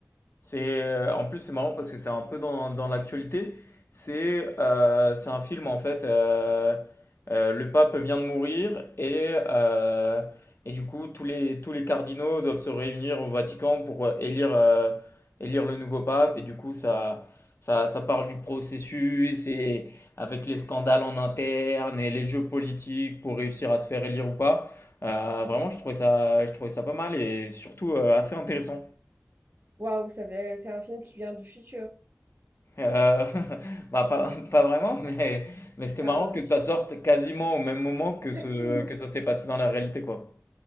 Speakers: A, on the left (about 65°); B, on the right (about 55°).
A: C'est euh, en plus c'est marrant parce que c'est un peu dans, dans l'actualité. C'est euh, c'est un film en fait. euh, euh, le pape vient de mourir et euh, et du coup tous les tous les cardinaux doivent se réunir au Vatican pour euh, élire euh, élire le nouveau pape et du coup ça ça ça parle du processus et avec les scandales en interne et les jeux politiques pour réussir à se faire élire ou pas. Euh, vraiment je trouvais ça je trouvais ça pas mal et surtout euh, assez intéressant.
B: Waouh, ça fait- c'est un film qui vient du futur.
A: Euh, <laughs> bah, pas, pas vraiment, mais, mais c'était
B: Enfin,
A: marrant que ça sorte quasiment au même moment
B: <laughs>
A: que, ce,
B: Exactement.
A: que ça s'est passé dans la réalité, quoi.